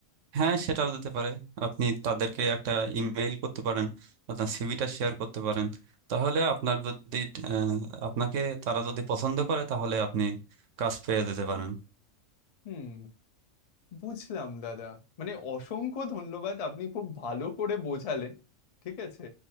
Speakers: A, on the right (about 70°); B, on the left (about 50°).
A: হ্যাঁ সেটাও দিতে পারে আপনি তাদেরকে একটা ইমেল করতে পারেন আপনার সিভিটা শেয়ার করতে পারেন তাহলে আপনার যদি আহ, আপনাকে তারা যদি পছন্দ করে তাহলে আপনি কাজ পেয়ে যেতে পারেন
B: হুম বুঝলাম দাদা মানে অসংখ্য ধন্যবাদ আপনি খুব ভালো করে বোঝালেন ঠিক আছে